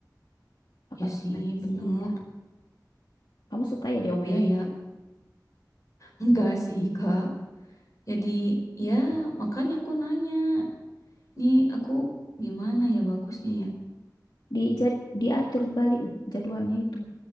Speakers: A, on the left (about 75°); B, on the left (about 50°).
A: Apalagi
B: ya sih,
A: manusia.
B: bener.
A: Kamu suka ya diomelin.
B: Iya ya, enggak sih, Kak. Jadi, ya makanya aku nanya Nih aku gimana ya bagusnya ya?
A: Dijad, diatur balik u- jadwalnya itu.